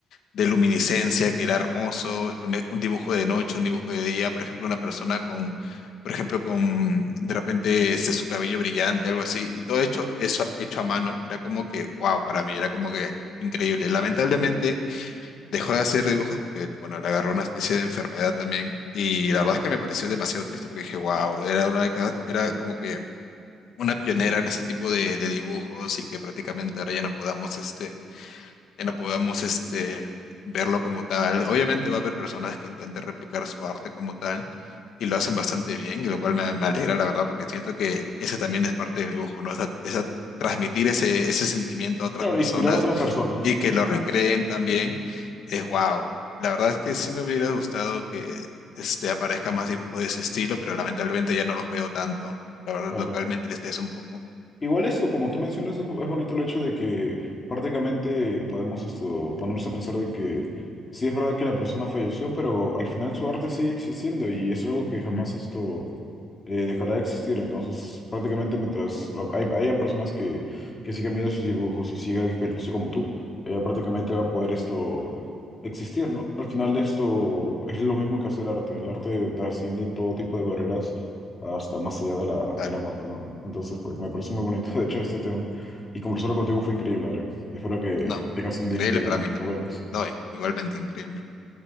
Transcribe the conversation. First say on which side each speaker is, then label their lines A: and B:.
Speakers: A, on the left; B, on the left.
A: de luminiscencia, que era hermoso, un, un dibujo de noche, un dibujo de día, por ejemplo, una persona con, por ejemplo, con de repente ese su cabello brillante, algo así, y todo hecho, eso hecho a mano, era como que, wow, para mí, era como que increíble. Lamentablemente dejó de hacer dibujos porque, bueno, le agarró una especie de enfermedad también, y la verdad es que me pareció demasiado triste porque dije, wow, era una, década- era como que una pionera en ese tipo de, de dibujos y que prácticamente ahora ya no podamos este que no podamos este, verlo como tal. Obviamente va a haber personas que intenten replicar su arte como tal y lo hacen bastante bien, y lo cual me, me alegra la verdad porque siento que ese también es parte del dibujo, ¿no? Esa, esa- transmitir ese, ese sentimiento a otras
B: Claro,
A: personas
B: inspirar a otras personas,
A: y que lo recreen también es wow. La verdad es que sí me hubiera gustado que este, aparezca más dibujos de ese estilo, pero lamentablemente ya no los veo tanto. La verdad,
B: claro.
A: localmente les es un poco.
B: Igual esto, como tú mencionas, es, es bonito el hecho de que prácticamente podemos esto, ponerse a pensar de que sí es verdad que la persona falleció, pero al final su arte sigue existiendo y es algo que
A: Ujú.
B: jamás esto eh, dejará de existir. Entonces, prácticamente mientras ah, hay, hayan personas que, que sigan viendo sus dibujos y sigan inspirándose como tú, ella prácticamente va a poder esto existir, ¿no? Al final esto es lo mismo que hacer arte. El arte trasciende todo tipo de barreras hasta más allá de la,
A: Claro,
B: de la muerte, ¿no? Entonces, pues me parece muy bonito, <laughs> de hecho, este tema. Y conversarlo contigo fue increíble, Adrián. Espero que
A: no,
B: tengas un
A: increíble
B: día increíble.
A: para mí también.
B: Nos vemos.
A: No, i- igualmente increíble.